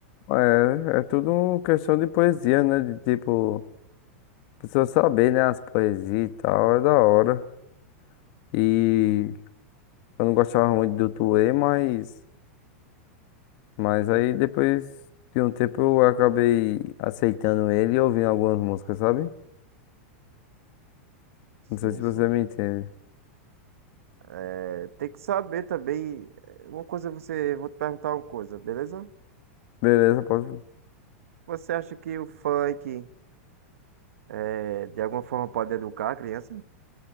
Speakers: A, on the left (about 40°); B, on the right (about 80°).
A: É, é tudo questão de poesia, né? De tipo, a pessoa saber, né? As poesias e tal, é da hora. E eu não gostava muito do Tuê, mas, mas aí depois de um tempo eu acabei aceitando ele e ouvindo algumas músicas, sabe?
B: Sim,
A: Não sei se você
B: sim.
A: me entende.
B: É, tem que saber também. é, Uma coisa é você, vou te perguntar uma coisa, beleza?
A: Beleza, pode...
B: Você acha que o funk é, de alguma forma pode educar a criança